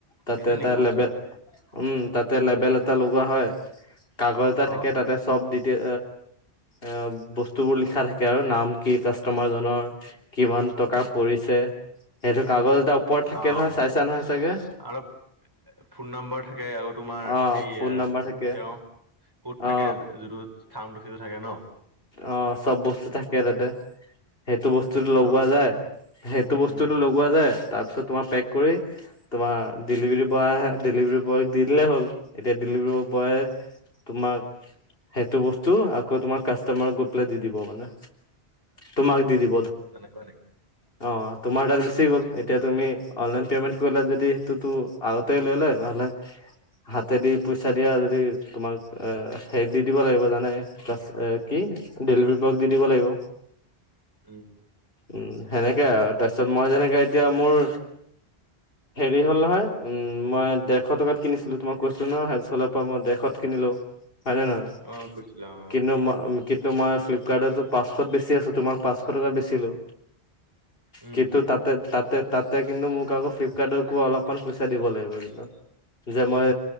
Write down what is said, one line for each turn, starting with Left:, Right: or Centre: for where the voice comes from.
Left: তাতে
Right: সেইটোৱে
Left: এটা
Right: নেকি বস্তুটো
Left: লেবে উম, তাতে লেবেল এটা লগোৱা হয়। কাগজ এটা
Right: অ',
Left: থাকে তাতে চব দি এতিয়া আঁ বস্তুবোৰ লিখা থাকে আৰু। নাম কি কাষ্টমাৰজনৰ কিমান টকা পৰিছে সেইটো কাগজ এটা ওপৰত থাকে
Right: অ',
Left: নহয় চাইছা নহয় চাগে?
Right: আৰু ফোন নাম্বৰ থাকে আকৌ তোমাৰ
Left: অ
Right: এইয়া
Left: ফোন নাম্বাৰ থাকে
Right: তেওঁ ক'ত থাকে
Left: অ
Right: যিটো স্থানটো সেইটো থাকে ন'?
Left: অঁ, চব বস্তু থাকে তাতে। সেইটো বস্ স্তুতো
Right: হেল্ল'
Left: লগোৱা যায়। সেইটো বস্তুটো
Right: উম,
Left: লগোৱা যায় তাৰপিছত তোমাৰ পেক কৰি তোমাৰ ডেলিভাৰী বয় আহে। ডেলিভাৰী বয়ক দি দিলে হ'ল। এতিয়া ডেলিভাৰী বয় তোমাক সেইটো বস্তু আকৌ তোমাৰ কাষ্টমাৰক গৈ পেলাই দি দিব মানে। তোমাক দি দিব।
Right: অঁ, তেনেকুৱা নেকি?
Left: অঁ, তোমাৰ তাত গুচি গ'ল। এতিয়া তুমি অনলাইন পেমেণ্ট কৰিলে যদি সেইটোতো আগতে লৈ লয় নহ'লে
Right: <inaudible>
Left: হাতে দি পইচা দিয়া যদি তোমাক আঁ সেই দি দিব লাগিব জানাই? কা এ কি? ডেলিভাৰী বয়ক দি দিব লাগিব।
Right: উম।
Left: উম, সেনেকে আৰু। তাৰপিছত মই যেনেকে এতিয়া মোৰ
Right: উ <unintelligible>
Left: হেৰি হ'ল নহয় উম, মই দেৰশ টকাত কিনিছিলোঁ তোমাক কৈছিলো নহয় হেলচলৰ পৰা মই ডেৰশত কিনিলোঁ। হয়নে নহয়?
Right: অ', কৈছিলা অ',
Left: কিন্তু ম কিন্তু মই ফ্লিপকাৰ্টতো পাঁচশত বেছি আছোঁ, তোমাক পাঁচশ টকাত বেচিলো।
Right: উম,
Left: কিন্তু তাতে তাতে তাতে কিন্তু মোক আকৌ ফ্লিপকাৰ্টকো অলপ অকমান পইচা দিব লাগিব কিন্তু। যে মই